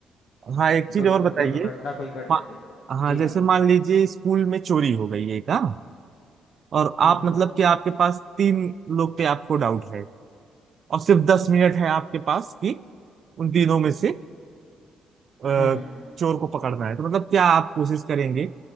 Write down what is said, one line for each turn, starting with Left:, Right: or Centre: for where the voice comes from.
Right: हाँ एक चीज
Left: दुर्घ
Right: और बताइए
Left: दुर्घटना कोई घट
Right: मा-
Left: जाती
Right: हाँ
Left: जी
Right: जैसे
Left: हाँ
Right: मान लीजिए स्कूल में चोरी हो गई एक हाँ और आप
Left: हम्म हम्म
Right: मतलब कि आपके पास तीन लोग पे आपको डाउट है और सिर्फ दस मिनट है आपके पास कि उन तीनों में से अ,
Left: हम्म हम्म।
Right: चोर को पकड़ना है तो मतलब क्या आप कोशिश करेंगे